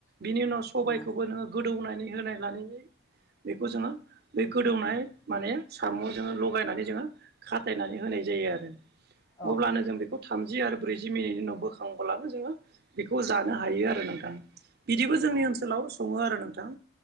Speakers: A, on the right (about 50°); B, on the left (about 20°).
A: बिनि उनाव सबायाइखौबो
B: नंगौ
A: नोङो गोदौनानै होनाय लानानै बेखौ जोङो बे गोदौनाय माने साम' जोङो लगायनानै जोङो खाथायनानै होनाय जायो आरो
B: औ
A: अब्लानो जों बेखौ खौ थामजि आरो ब्रैजि मिनिटनि उनाव बोखांब्लानो जोङो बेखौ जानो हायो आरो नोंथां बिदिबो
B: नंगौ
A: जोंनि ओनसोलाव सङो आरो नोंथां